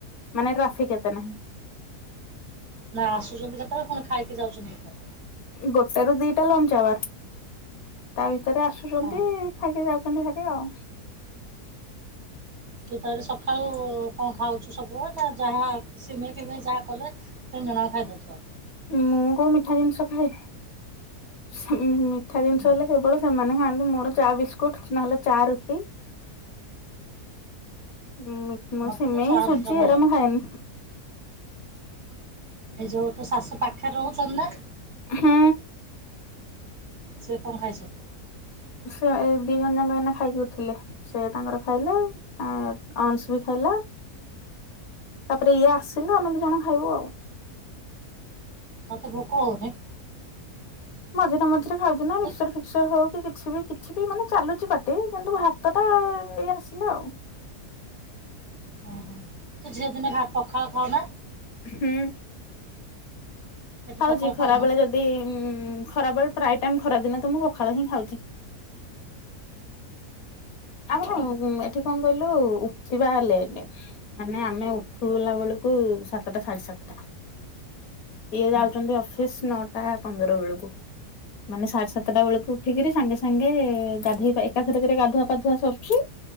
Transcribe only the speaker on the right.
ନା ଆସୁଛନ୍ତି କେତେବେଳେ କଣ ଖାଇକି ଯାଉଛନ୍ତି କେତବେଳେ?
ହଁ
ତୁ ତାହଲେ ସଖାଳୁ କଣ ଖାଉଛୁ ସବୁ ନା ଯାହା ସିମେଇ ଫିମେଇ ଯାହା କଲେ ତିନି ଜଣ ଆକ ଖାଇଦଉଥିବ।
ହୁଁ
ହୁଁ
ମତେ
ତ ଚାହା ରୁଟି
ଟା ଭଲ
ଲାଗେ।
ଏ ଯୋଉ ତୋ ଶାଶୁ ପାଖେରେ ରହୁଚନ ନା?
ସେ କଣ ଖାଇଛନ୍ତି?
ତତେ ଭୋକ ହଉନି?
ତୁ
ଓହୋ ତୁ ଝିଅ ଦିନେ ଭା ପଖାଳ ଖାଉ ନା?
ସେଠି
ପଖାଳ
ଖାଉନୁ?
ହୁଁ